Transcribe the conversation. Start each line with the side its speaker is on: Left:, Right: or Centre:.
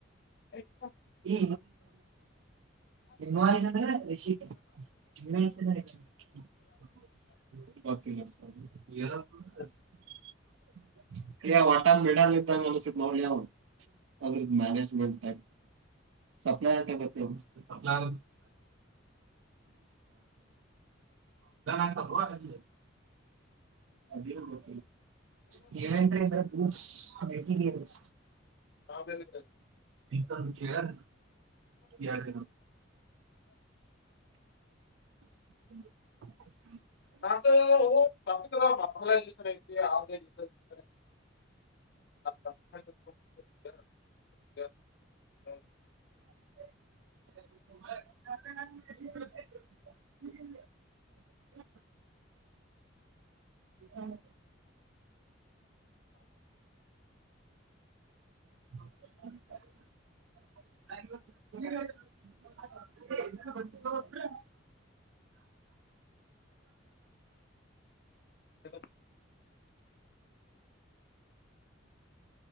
Left: ಅಾ <unintelligible>
Right: ಈ ಇನ್ನು ಅಸ್ ಅಂದ್ರೆ ರಶಿಕ ಗಿಡ ಇಟ್ಟಿದಾರೆ ಕ <unintelligible>
Left: ನಾರ್ಮಲೈಸೇಷನ್
Right: ವಟಾನ ಮಿಡಲ್ ಅನ್ಸಿತ್ತು ನೋಡು ಲೇ <unintelligible> ಅದ್ರದ ಮ್ಯಾನೇಜ್ಮೆಂಟ್ಟ ಸಪ್ಲೈರ್ತ್ತ ಅದು ಅಮ್ಞಾನ ಅಂತ ಅಲ್ಲಿ ದೇವೇಂದ್ರಂದರ ಬೂಟ ಏನಂತ ಅಂದ್ರೆ ಬಸ್ ಆ ವ್ಯಕ್ತಿಗೆ ಇರೋದು
Left: ಹಾ ಬ <unintelligible>
Right: ಮು ಯಾರ ಯ ಯಾರ ಹ್ಮ
Left: ಮಲನ್ ಐ <unintelligible> ಹ್ಮ <unintelligible>
Right: <unintelligible> <unintelligible> ಹ್ಮ್ <unintelligible> ಹೌದು
Left: ಹಲೋ <unintelligible>